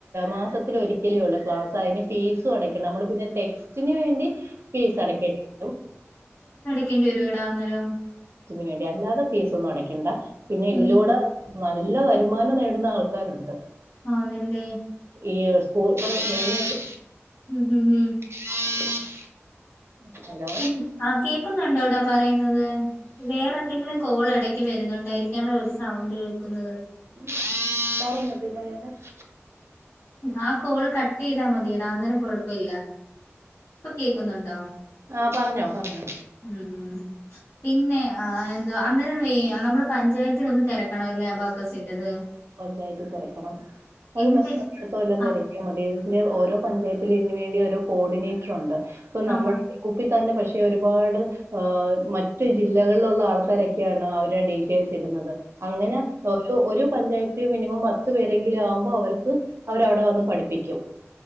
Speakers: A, on the right; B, on the left.
A: മാസത്തില ഒരിക്കലേള്ളൂ ക്ലാസ് അതിന് ഫീസും അടക്കണം നമ്മള് പിന്നെ ടെക്സ്റ്റിന് വേണ്ടി ഫീസ് അടക്കിയിട്ടും
B: ക്കിൻ്റ് വരുടാ അന്നേരം
A: ന് വേണ്ടി അല്ലാതെ ഫീസൊന്നും അടയ്ക്കണ്ട പിന്നെ ഇതിലൂടെ
B: ഉം
A: നല്ല വരുമാനം നേടുന്ന ആൾക്കാരുണ്ട്
B: ആഹ് നല്ലേ
A: ഈ സ്കൂ മെയിനായിട്ട്
B: ഉം ഹം ഉം
A: <unintelligible> ഹലോ
B: പി ആഹ് കേക്കുന്നുണ്ടോടാ പറയുന്നത് വേറെ എന്തെങ്കിലും കോൾ എട വരുന്നുണ്ടായിരിക്കല്ലോ ഒരു സൗണ്ട് കേൾക്കുന്നത്
A: <unintelligible>
B: ആഹ് കോള് കട്ട് ചെയ്താ മതിയടാ അന്നേരം കുഴപ്പമില്ല ഇപ്പൊ കേൾക്കുന്നുണ്ടോ
A: ആഹ് പറഞ്ഞോ പറഞ്ഞോ
B: ഉം പിന്നെ ആഹ് എന്തോ അന്നേരം ഒന്ന് വ നമ്മള് പഞ്ചായത്തിൽ ഒന്ന് തിരക്കണ ലാബാക്കസിറൻ്റത്
A: പഞ്ചായത്തിൽ തിരക്കണം അത്
B: എന്നിട്ട് എൻ-
A: തോലം
B: ആ
A: തെരക്കിയ മതി ഇത് ഓരോ പഞ്ചായത്തിൽ ഇതിന് വേണ്ടി ഓരോ കോർഡിനേറ്റർ ഉണ്ട് ഇപ്പൊ
B: ആ
A: നമ്മൾ
B: ആ
A: കുപ്പി തന്നെ പക്ഷെ ഒരുപാട് ആഹ് മറ്റു ജില്ലകളിലുള്ള ആൾക്കാരൊക്കെയാണ് അവരുടെ ഡീറ്റെയിൽസ് ഇടുന്നത് അങ്ങനെ ഒരു പഞ്ചായത്തി മിനിമം പത്ത പത്ത് പേരെങ്കിലും ആകുമ്പോ അവർക്ക് അവരവിടെ വന്ന് പഠിപ്പിക്കും